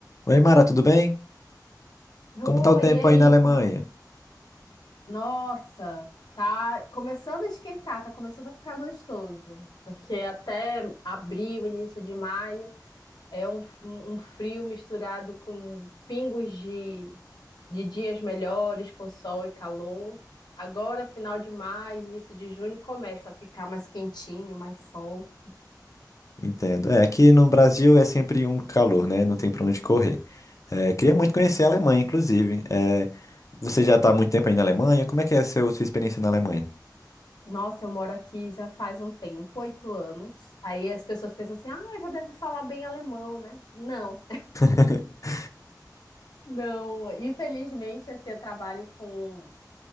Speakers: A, on the left; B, on the left.
A: Oi, Mara, tudo bem?
B: Oi,
A: Como tá o tempo
B: e aí,
A: aí na Alemanha?
B: como é que... Nossa, tá começando a esquentar, tá começando a ficar gostoso. Porque até abril, início de maio, é um, um um frio misturado com pingos de, de dias melhores, com sol e calor. Agora, final de maio, início de junho, começa a ficar mais quentinho, mais sol.
A: Entendo. É, aqui no Brasil é sempre um calor, né? Não tem pra onde correr. É, queria muito conhecer a Alemanha, inclusive. É, você já tá há muito tempo aí na Alemanha? Como é que é a seu, sua experiência na Alemanha?
B: Nossa, eu moro aqui já faz um tempo, oito anos. Aí as pessoas pensam assim, ah, já deve falar bem alemão, né? Não.
A: <laughs>
B: Não, infelizmente, assim, eu trabalho com,